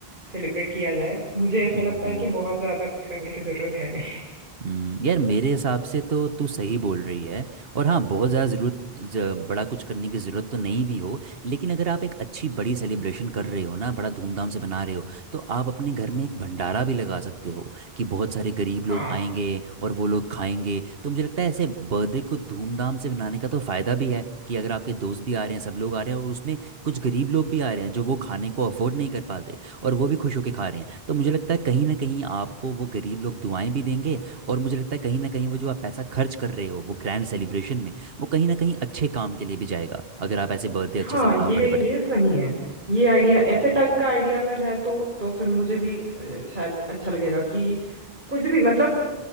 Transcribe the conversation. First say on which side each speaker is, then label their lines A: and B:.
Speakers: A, on the right (about 50°); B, on the right (about 70°).
A: सेलिब्रेट किया जाए मुझे ऐसा
B: हम्म,
A: लगता है कि बहुत ज्यादा कुछ करने की जरूरत है नहीं
B: हम्म, यार मेरे हिसाब से तो तू सही बोल रही है और हाँ बहुत ज़्यादा ज़रूरत ज- बड़ा कुछ करने की ज़रूरत तो नहीं भी हो लेकिन अगर आप एक अच्छी बड़ी सेलिब्रेशन कर रहे हो ना बड़ा धूमधाम से बना रहे हो तो आप अपने घर में एक भंडारा भी लगा सकते हो कि बहुत सारे गरीब लोग
A: हाँ
B: आएंगे और वो लोग खाएंगे तो मुझे लगता है ऐसे बर्थडे को धूमधाम से मनाने का तो फ़ायदा भी है कि अगर आपके दोस्त भी आ रहे हैं सब लोग आ रहे हैं और उसमें कुछ गरीब लोग भी आ रहे हैं जो वो खाने को अफोर्ड नहीं कर पाते और वो भी खुश होकर खा रहे हैं तो मुझे लगता है कहीं ना कहीं आपको वो गरीब लोग दुआएं भी देंगे और मुझे लगता है कहीं ना कहीं वो जो आप पैसा खर्च कर रहे हो वो ग्रैंड सेलिब्रेशन में वो कहीं ना कहीं अच्छे काम के लिए भी जाएगा अगर आप ऐसे बर्थडे अच्छे
A: हाँ
B: से बनाओ
A: ये
B: बड़े बड़े
A: ये सही है ये आइडिया ऐसे
B: हम्म
A: टाइप का आइडिया अगर है तो तो फिर मुझे भी अ, शायद अच्छा लगेगा कि कुछ भी मतलब